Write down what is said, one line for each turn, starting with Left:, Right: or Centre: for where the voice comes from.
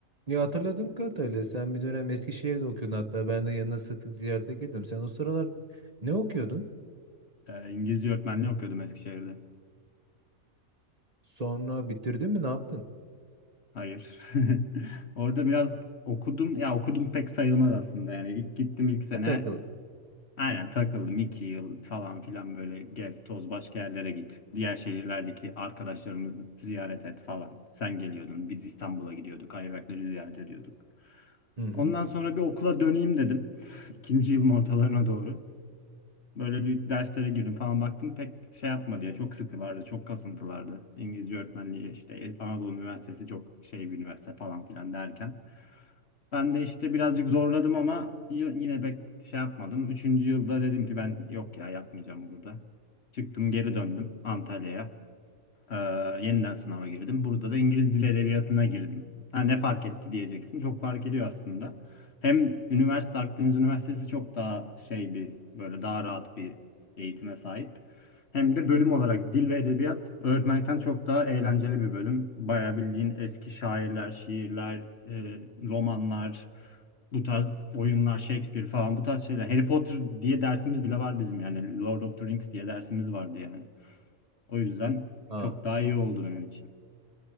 Right: Ya hatırladığım kadarıyla sen bir dönem Eskişehir'de okuyordun hatta ben de yanına sık sık ziyarete geliyordum. Sen o sıralar ne okuyordun?
Left: Ee, İngilizce öğretmenliği okuyordum Eskişehir'de.
Right: Sonra bitirdin mi ne yaptın?
Left: Hayır. <laughs> Orada biraz okudum. Ya okudum pek sayılmaz aslında. Yani ilk gittim ilk sene.
Right: Ha, takıldın.
Left: Aynen takıldım iki yıl falan filan böyle gez toz başka yerlere git. Diğer şehirlerdeki arkadaşlarımızı ziyaret et falan. Sen geliyordun. Biz İstanbul'a gidiyorduk. Ayvakları ziyaret ediyorduk.
Right: Hı hı.
Left: Ondan sonra bir okula döneyim dedim. <laughs> İkinci yılın ortalarına doğru. Böyle bir derslere girdim falan baktım pek şey yapmadı ya çok sıkılardı çok kasıntılardı. İngilizce öğretmenliği işte Anadolu Üniversitesi çok şey bir üniversite falan filan derken. Ben de işte birazcık zorladım ama y- yine pek şey yapmadım. Üçüncü yılda dedim ki ben yok ya yapmayacağım burada. Çıktım geri döndüm Antalya'ya. Ee, yeniden sınava girdim. Burada da İngiliz Dili Edebiyatı'na girdim. Ha, ne fark etti diyeceksin. Çok fark ediyor aslında. Hem üniversite Akdeniz Üniversitesi çok daha şey bir böyle daha rahat bir eğitime sahip. Hem de bölüm olarak dil ve edebiyat öğretmenlikten çok daha eğlenceli bir bölüm. Bayağı bildiğin eski şairler, şiirler, e, romanlar, bu tarz oyunlar, Shakespeare falan bu tarz şeyler. Harry Potter diye dersimiz bile var bizim yani. Lord of the Rings diye dersimiz vardı yani. O yüzden
Right: Aa.
Left: çok daha iyi oldu benim için.